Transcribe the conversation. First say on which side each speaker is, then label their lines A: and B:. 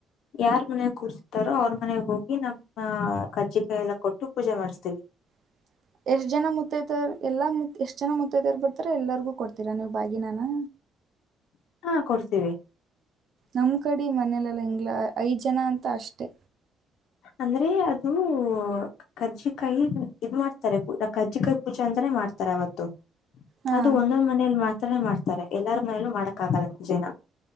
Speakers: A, on the left; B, on the right.
A: ಯಾರ್ ಮನೆಗ್ ಕೂರ್ಸ್ತಾರೋ ಅವ್ರ ಮನೆಗ್ ಹೋಗಿ ನಮ್ಮ ಕಜ್ಜಿಕಾಯ ಎಲ್ಲ ಕೊಟ್ಟು ಪೂಜೆ ಮಾಡಿಸ್ತೇವಿ
B: <inaudible> ಎಷ್ಟ ಜನ ಮುತ್ತೈ್ದಾರ ಎಲ್ಲಾ ಎಷ್ಟ್ ಜನ ಮುತ್ತೈದವ ಬರ್ತಾರ ಎಲ್ಲಾರ್ಗೂ ಕೊಡ್ತೀರಾ ನೀವು್ ಬಾಗಿನನ
A: ಹಾ ಕೊಡ್ತೀವಿ
B: ನಮ್ಮ್ ಕಡೆ ಮನೇಲಲ್ಲ ಇಂಗ್ಲ ಐದ್ ಜನ ಅಂತ ಅಷ್ಟೆ
A: ಅಂದ್ರೆ ಅದು ಕಜ್ಜಿಕಾಯಿ ಇದ್ ಮಾಡ್ತಾರೆ ಪೂ ಕಜ್ಜಿಕಾಯಿ ಪೂಜೆ ಅಂತ <unintelligible> ಮಾಡ್ತಾರೆ ಅವತ್ತು
B: ಹಾಂ
A: ಅದು ಒಂದೊಂದ್ ಮನಲಿ ಮಾತ್ರ ಮಾಡ್ತಾರೆ <unintelligible> ತಾರೆ ಎಲ್ಲಾರ ಮನೇಲೂ ಮಾಡಕ್ಕ ಆಾಗಲ್ಲ ಮುಂಜೆನ